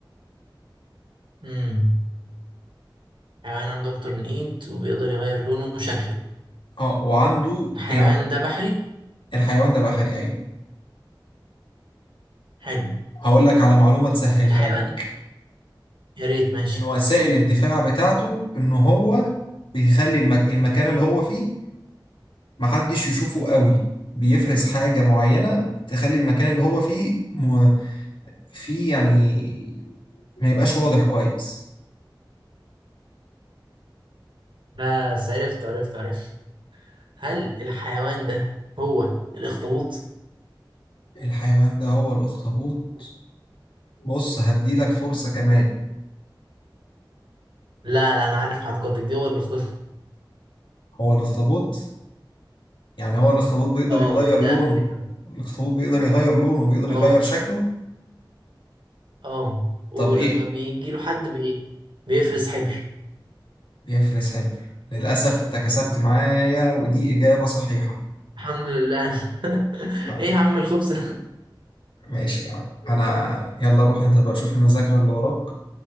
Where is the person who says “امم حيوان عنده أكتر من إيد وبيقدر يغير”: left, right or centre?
Right